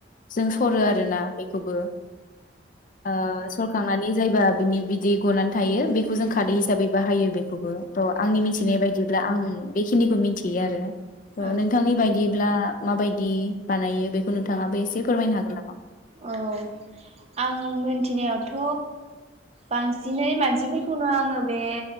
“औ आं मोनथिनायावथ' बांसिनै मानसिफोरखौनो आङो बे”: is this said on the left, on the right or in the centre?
Right